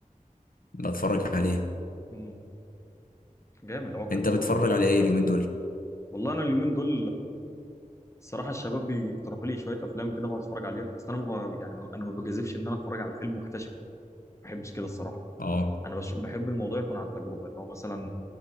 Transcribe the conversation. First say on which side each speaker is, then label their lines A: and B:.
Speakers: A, on the left; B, on the left.
A: بتفرج عليه
B: مم. جامد عقل
A: انت
B: برضه
A: بتتفرج
B: وال...
A: على ايه اليومين دول
B: والله انا اليومين دول الصراحه الشباب بيقترحوا لي شويه افلام كده بقعد اتفرج عليها بس انا ما ب- يعني انا ما بجازفش ان انا اتفرج على الفيلم واكتشف ما بحبش كده الصراحه
A: اه
B: انا بش... بحب الموضوع يكون عن تجربه اللي هو مثلا